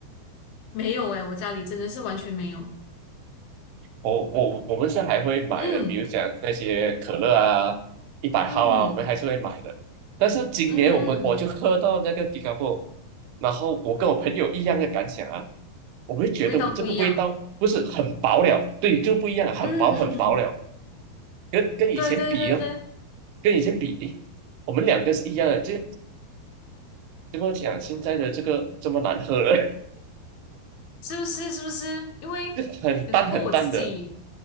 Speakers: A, on the left; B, on the right.
A: 没有诶，我家里真的是完全没有，
B: 我我我们是还会买的，
A: 嗯
B: 比如讲那些可乐啊、一百号啊，
A: 嗯
B: 我们还是会买的。但是今年我们我就喝到那个
A: 嗯，嗯
B: Gigapo，然后我跟我朋友一样的感想啊，我们觉得这个味道不是很薄了，
A: 味道不一样，
B: 对，就不一样了，很薄很薄了。
A: 嗯嗯嗯，
B: 跟跟以前比，
A: 对对对对。
B: 跟以前比，诶，我们两个是一样的，就怎么讲，现在的这个这么难喝了，
A: 是不是？是不是？因为有时候我自己，
B: <laughs> 很淡很淡的。